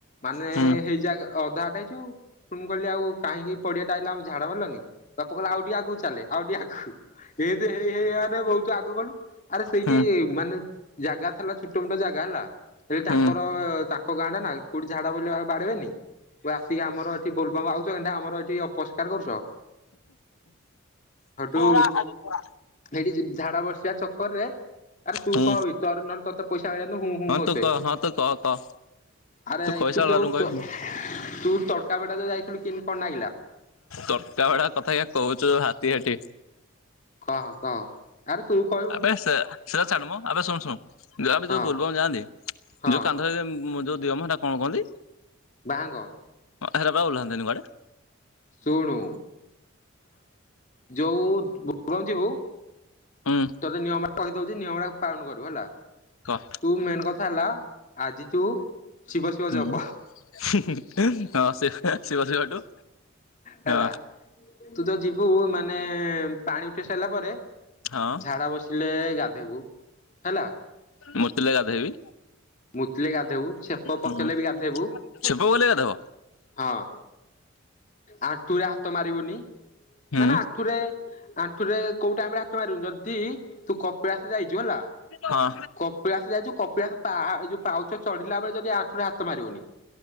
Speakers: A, on the left (about 35°); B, on the left (about 85°).
A: ମାନେ
B: ହୁଁ
A: ହେଇ ଜାଗା ଅଧା ଆଟ ହେଇଚୁ ମୁଁ କହିଲି ଆଉ କାହିଁକି ପଡ଼ିଆଟା ଆଇଲା ଆମୁ ଝାଡ଼ା ମାଲାନି। ବାପା କଇଲେ ଆଉ ଟିକେ ଆଗୁକୁ ଚାଲେ ଆଉ ଟିଏ ଆଗୁ। ଏନ୍ତି ହେଇ ହେଇ ଆନେ ବହୁତୁ ଆଗୁ ଗଲୁ। ଆରେ ସେଇଠି
B: ହୁଁ
A: ମାନେ ଜାଗା ଥିଲା ଛୋଟ ମୋଟ ଜାଗା ହେଲା। ହେଲେ ତାଙ୍କର
B: ହୁଁ
A: ତାଙ୍କ ଗାଁଟା ନାଁ କୋଉଠି ଝାଡ଼ା ବଇଲେ ଆଉ ବାଡ଼େଇବେନି କବେ ଆସିକି ଆମର ଓ ଆଉଚ ଏଣ୍ଢା ଆମର ଏଠି ଅପରଷ୍କାର କରୁଚ। ହେଟୁ
B: ଓରା ଆବୁ ପରା।
A: ସେଇଠି ଝାଡ଼ା ବସିବା ଚକରରେ ଆରେ ତୁ
B: ହୁଁ
A: କହ ବି ତୋର ନହ ତତେ ପଇସା ଆଇଅନି ହୁଁ ହୁଁ
B: ହଁ
A: ହଉଥୁଏ।
B: ତୁ କହ ହଁ ତୁ କହ କହ
A: ଆରେ
B: କହିସାରିଲାରୁ
A: ତୁ ଦୋଉ
B: ମୁଁ କହିବିନି
A: ତୋ ତୁ ତଡ଼କା ବେଟା ଯା ଯାଇଥିଲୁ କିନ୍ତି କଁ ନାଗିଲା?
B: ତରକା ବେଡ଼ା କଥା ୟା କହୁଚୁ ଯୋଉ ହାତୀ ହେଠି।
A: କହ କହ। ଆରେ ତୁ କ
B: ଆବେ ସେ ସେ ଛାଡ଼ ମ ଆବେ ଶୁଣ ଶୁଣ ଯୋଉ ଆବେ
A: ହଁ
B: ଯୋଉ ବୋଲବମ୍ ଯାଆନ୍ତି
A: ହଁ
B: ଯୋଉ କାନ୍ଧରେ ଯେ ଉଁ ଯୋଉ ଦିଅ ମ ହେଟା କଣ କୁହନ୍ତି??
A: ବାହାଙ୍ଗ।
B: ଅ ହେରା ପା ଓଲ୍ହାନ୍ତିନି କୁଆଡ଼େ?
A: ଶୁଣୁ ଯୋଉ ବୋ ଯିବୁ
B: ହୁଁ
A: ତୋତେ ନିୟମ ଟା କହିଦଉଛି ନିୟମ ଟା ପାଳନ କରିବୁ ହେଲା।
B: କହ।
A: ତୁ ମେନ୍ କଥା ହେଲା ଆଜି ତୁ ଶିବ ଶିବ
B: ହୁଁ
A: ଜପ
B: ସେ ଶିବ ଶିବଠୁ
A: ହେଲା
B: ହ।
A: ତୁ ତ ଯିବୁ ମାନେ ପାଣି ଉଠେଇ ସାରିଲା ପରେ
B: ହଁ
A: ଝାଡା ବସିଲେ ଗାଧେଇବୁ ହେଲା।
B: ମୁତିିଲେ ଗାଧେଇବି।
A: ମୁତିଲେ ଗାଧଇବୁ ଛେପ
B: ହୁଁ
A: ପକେଇଲେ ବି ଗାଧେଇବୁ।
B: ଛେପ ଗଲେ ଗାଧବ
A: ହଁ ଆଣ୍ଠୁରେ ହାତ ମାରିବୁନି।
B: ହୁଁ
A: ନା ନା ଆଣ୍ଠୁରେ ଆଣ୍ଠୁରେ କୋଉଟା ଆମ ହାତ ମାରିବୁ ଯଦି ତୁ କ କପିଳାସ ଯାଇଛୁ ହେଲା
B: ହଁ। ହଁ
A: କପିଳାସ ଯାଇଛୁ କପିଳାସ ପାହା ଯୋଉ ପାଉଚ ଚଢିଲା ବେଳେ ଯଦି ଆଣ୍ଠୁ ହାତ ମାରିବୁନି।